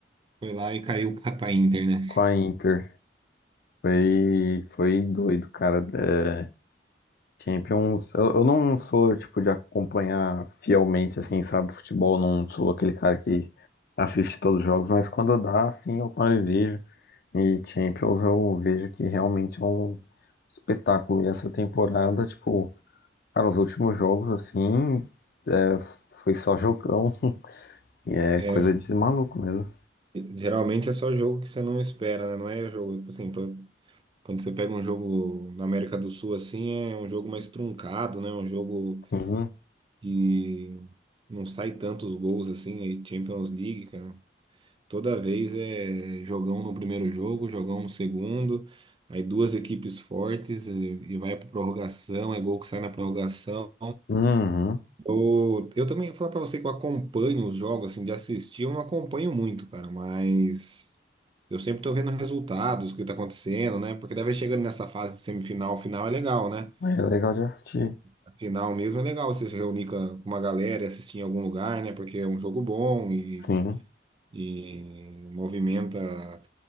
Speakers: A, on the right; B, on the left.
A: foi lá e caiu pra, pra Inter, né?
B: com a Inter. Foi, foi doido, cara. É, Champions, eu, eu não sou, tipo, de acompanhar fielmente, assim, sabe, futebol, não sou aquele cara que assiste todos os jogos, mas quando dá, assim, eu paro e vejo. E Champions eu vejo que realmente é um espetáculo. E essa temporada, tipo, cara, os últimos jogos, assim, é, foi só jogão. E é
A: É,
B: coisa de maluco mesmo.
A: geralmente é só jogo que você não espera, né? Não é jogo, tipo assim, pra- quando você pega um jogo na América do Sul, assim, é um jogo mais truncado, né? Um jogo
B: Sim.
A: que não sai tantos gols, assim, aí Champions League, cara. Toda vez é jogão no primeiro jogo, jogão no segundo, aí duas equipes fortes eh, e vai para prorrogação, é gol que sai na prorrogação.
B: Uhum.
A: Eu, eu também vou falar para você que eu acompanho os jogos, assim, de assistir, eu não acompanho muito, cara, mas eu sempre tô vendo resultados, o que tá acontecendo, né? Porque daí vai chegando nessa fase de semifinal, final é legal, né?
B: É legal de assistir.
A: A final mesmo é legal você se reunir com a- com uma galera e assistir em algum lugar, né? Porque é um jogo bom e,
B: Sim.
A: e movimenta.